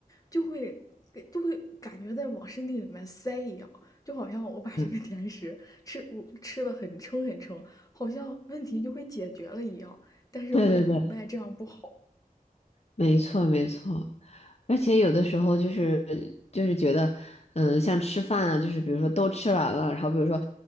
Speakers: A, on the left (about 25°); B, on the left (about 45°).
A: 就会就会感觉在往身体里面塞一样，就好像我把这个甜食吃我吃的很撑很撑，
B: 嗯，
A: 好像问题就会解决了一样。但是我也明白这样不好。
B: 对对对，没错没错。而且有的时候就是就是觉得，嗯，像吃饭啊，就是比如说都吃完了，然后比如说，